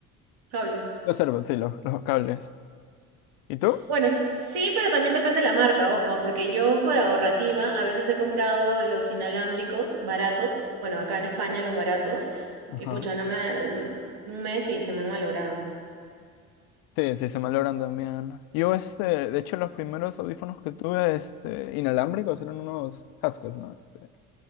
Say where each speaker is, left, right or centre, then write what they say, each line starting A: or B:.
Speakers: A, on the right; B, on the left.
A: Cable.
B: los AirPods, sí, los, los cables. ¿Y tú?
A: Bueno, s- sí, pero también depende de la marca, ojo, ah, porque yo por ahorrativa a veces he comprado los inalámbricos baratos, bueno, acá en España los baratos,
B: Ajá.
A: y pucha, no me, me- un mes y se me han malogrado.
B: Sí, sí, se malogran también. Yo, este, de hecho, los primeros audífonos que tuve, este, inalámbricos, eran unos cascos, ¿no? Este,